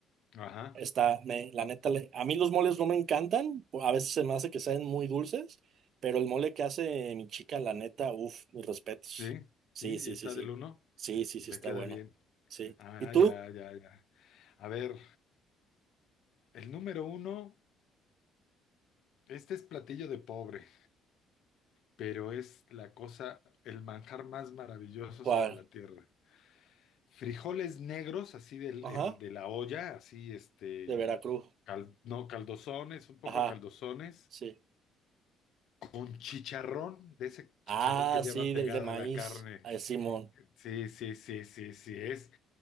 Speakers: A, on the left; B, on the right.
A: ajá.
B: Está, me, la neta, le- a mí los moles no me encantan, a veces se me hace que sean muy dulces, pero el mole que hace mi chica, la neta, uff, mis respetos.
A: Sí,
B: Sí,
A: sí,
B: sí,
A: está
B: sí, sí.
A: del uno.
B: Sí, sí, sí,
A: Le
B: está
A: queda
B: bueno.
A: bien.
B: Sí.
A: Ah,
B: ¿Y tú?
A: ya, ya, ya. A ver, el número uno, este es platillo de pobre, pero es la cosa, el manjar más maravilloso
B: ¿Cuál?
A: sobre la tierra. Frijoles negros, así del,
B: Ajá,
A: el- de la olla, así este,
B: de Veracruz.
A: cal- no, caldosones, un poco
B: Ajá,
A: caldosones,
B: sí.
A: con chicharrón, de ese
B: Ah,
A: chicharrón que lleva
B: sí,
A: pegada
B: del de maíz.
A: la carne.
B: Ay, Simón.
A: Sí, sí, sí, sí, sí, es,